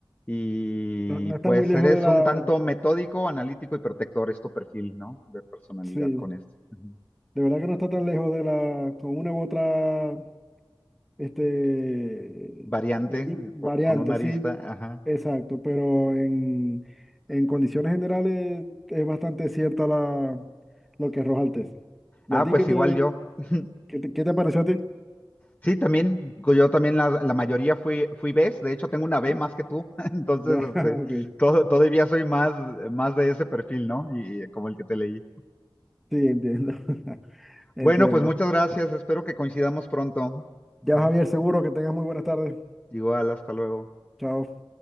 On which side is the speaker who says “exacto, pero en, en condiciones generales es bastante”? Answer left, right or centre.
Centre